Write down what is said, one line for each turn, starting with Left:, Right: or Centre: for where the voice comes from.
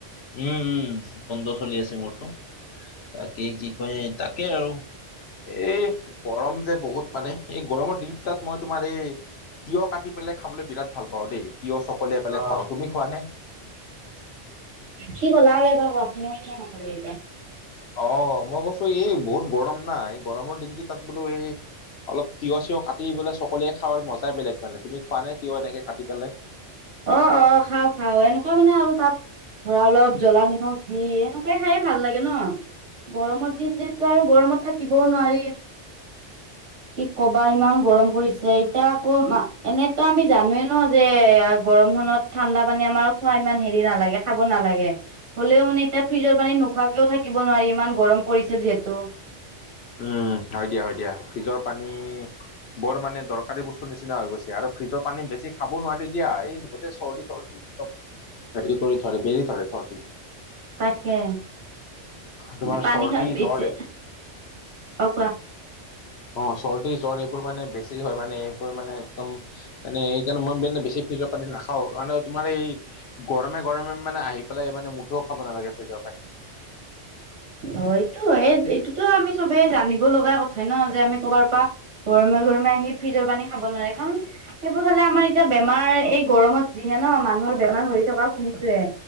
Left: উম উম বন্ধ চলি আছে মোৰো তাকে কি কয় তাকে আৰু। এই গৰম যে বহুত মানে এই গৰমৰ দিন তাত মই তোমাৰ এই তিয়হ কাটি পেলাই খাবলৈ বিৰাট ভাল পাওঁ দেই। তিয়হ চকলিয়াই পেলাই
Right: অ
Left: খাওঁ তুমি খোৱা নে?
Right: কি ক'লা আৰু এবাৰ কোৱাচোন শুনিয়ে নাপালোঁ এইবাৰ।
Left: অ মই কৈছো এই বহুত গৰম না গৰমৰ দিন কি তাত বোলো এই অলপ তিয়হ চিয়হ কাটি পেলাই চকলিয়াই খাৱাৰ মজাই বেলেগ মানে তুমি খোৱা নাই তিয়হ এনেকে কাটি পেলাই?
Right: অ অ খাওঁ খাওঁ এনেকুৱা মানে আৰু তাত ধৰা অলপ জ্বলা নিমখ দি এনেকুৱাই খাইয়ে ভাল লাগে ন। গৰমৰ দিন যিহেতু আৰু গৰমত থাকিবও নোৱাৰি।
Left: <inaudible>
Right: কি কবা ইমান গৰম পৰিছে এতিয়া আকৌ এনেতো আমি জানোৱে ন যে গৰম খনত ঠাণ্ডা পানী আমাৰ খোৱা ইমান হেৰি নালাগে খাব নালাগে হলেও মানে এতিয়া ফ্ৰিজৰ পানী নোখোৱাকেও থাকিব নোৱাৰি ইমান গৰম পৰিছে যিহেতু
Left: উম হয় দিয়া হয় দিয়া ফ্ৰিজৰ পানী বৰ মানে দৰ দৰকাৰী বস্তু নিচিনা হৈ গৈছে আৰু ফ্ৰিজৰ পানী বেছি খাব নোৱাৰি দিয়া এই গোটেই চৰ্দি চৰ্দি এইচপ হেৰি কৰি থৰে বেৰি ধৰে চৰ্দি
Right: তাকে
Left: তোমাৰ
Right: পানী
Left: চৰ্দি
Right: খা পিছে
Left: জ্বৰ এই
Right: অ কোৱা
Left: অ চৰ্দি জ্বৰ এইবোৰ মানে বেছি হয় মানে এইবোৰ মানে একদম মানে সেইকাৰণে মই মানে বেছি ফিজৰ পানী নাখাও কাৰণে তোমাৰ এই গৰমে গৰমে মানে আহি পেলাই মানে মুঠো খাব নালাগে ফ্ৰিজৰ পানী
Right: অ এইটো হয়ে এই এইটোতো আমি চবেই জানিব লগা কথাই ন যে আমি কৰবাৰ পৰা গৰমে গৰমে আহি ফ্ৰিজৰ পানী খাব নোৱাৰে কাৰণ সেইবোৰ খালে আমাৰ এতিয়া বেমাৰ এই গৰমত যিহে ন মানুহৰ বেমাৰ হৈ থকা শুনিছোৱে